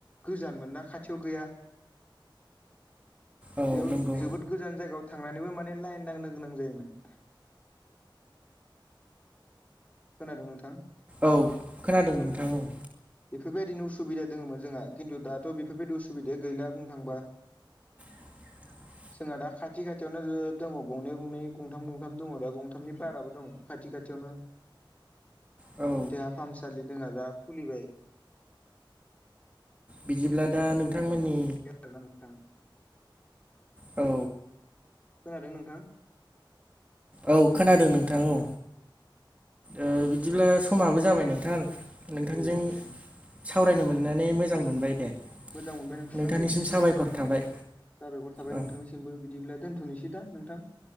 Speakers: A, on the left; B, on the right.
A: गोजानमोन ना खाथियाव गैया।
B: औ
A: बेयाव
B: नंगौ
A: जोबोद गोजान जायगायाव थांनानैबो माने लाइन नांनो गोनां जायोमोन। खोनादों नोंथां?
B: औ खोनादों नोंथां,
A: औ
B: ओं।
A: बेफोरबायदिनो उसुबिदा दङमोन जोंहा खिन्थु दाथ' बेफोरबायदि उसुबिदाया गैला बुंनो थांबा।
B: <inaudible>
A: जोंहा दा खाथि खाथियावनो दङ गंनै गंनै गंथाम गंथाम दङ दा गंथामनि बाराबो दङ। खाथि खाथियावनो
B: औ
A: देहा फाहामसालि जोंहा दा खुलिबाय
B: बिदिब्ला दा नोंथांमोननि
A: <unintelligible>
B: औ
A: खोनादों नोंथां?
B: औ खोनादों नोंथां औ ओ बिदिब्ला समाबो जाबाय नोंथां नोंथांजों
A: औ नोंथां
B: सावरायनो मोननानै मोजां मोनबाय दे
A: मोजां मोनबाय नोंथां
B: नोंथांनिसिम
A: आंबो
B: साबायखर थाबाय
A: साबायखार थाबाय
B: औ
A: नोंथांनि सिमबो बिदिब्ला दोन्थ'नोसै दा नोंथां।